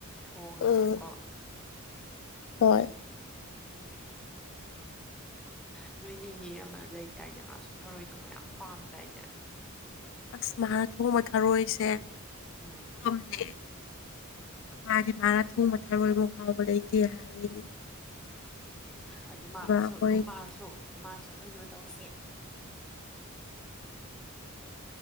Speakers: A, in the centre; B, on the left (about 60°).
A: ꯊꯣꯡꯉꯒ
B: ꯎꯝ
A: ꯀꯣ
B: ꯍꯣꯏ
A: ꯎ ꯅꯣꯏ ꯅꯤꯅꯦ ꯑꯃ ꯂꯩ ꯇꯥꯏꯅꯦ ꯃꯥꯁꯨ ꯊꯔꯣꯏ ꯊꯣꯡꯕ ꯌꯥꯝ ꯄꯥꯝꯗꯥꯏꯅꯦ
B: ꯑꯁ ꯃꯍꯥꯛꯅ ꯊꯣꯡꯕ ꯊꯔꯣꯏꯁꯦ
A: ꯎꯝ
B: ꯝꯅꯦꯣꯏ
A: ꯎꯝ
B: ꯃꯥꯗꯤ ꯃꯥꯅ ꯊꯣꯡꯕ ꯊꯣꯏꯃ ꯍꯥꯎꯕ ꯂꯩ ꯏꯇ ꯍꯥꯏꯔꯅꯦ
A: ꯑꯗꯨꯗꯤ ꯑꯗꯨ ꯃꯥꯁꯨ
B: ꯑꯩꯈꯣꯏ
A: ꯃꯥꯁꯨ ꯃꯥꯁꯨ ꯀꯩꯅꯣ ꯇꯧꯁꯦ